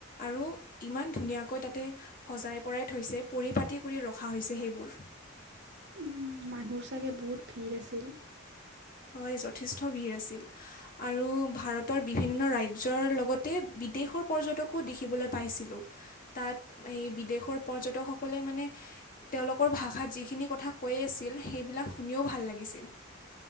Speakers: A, on the left; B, on the right.
A: আৰু ইমান ধুনীয়াকৈ তাতে সজাই পৰাই থৈছে, পৰিপাতি কৰি ৰখা হৈছে সেইবোৰ।
B: উম, মানুহৰ চাগে বহুত ভিৰ আছিল।
A: হয়, যথেষ্ট ভিৰ আছিল। আৰু ভাৰতৰ বিভিন্ন ৰাজ্যৰ লগতে বিদেশৰ পৰ্যটকো দেখিবলৈ পাইছিলোঁ। তাত এই বিদেশৰ পৰ্যটকসকলে মানে তেওঁলোকৰ ভাষাত যিখিনি কথা কৈ আছিল সেইবিলাক শুনিও ভাল লাগিছিল।